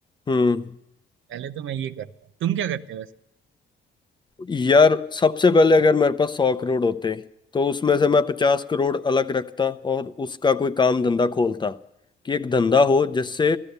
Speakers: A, on the left; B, on the right.
A: हम्म
B: पहले तो मैं ये करता हूँ तुम क्या करते हो वैसे
A: यार सबसे पहले अगर मेरे पास सौ करोड़ होते तो उसमें से मैं पचास करोड़ अलग रखता और उसका कोई काम धंधा खोलता कि एक धंधा हो जिससे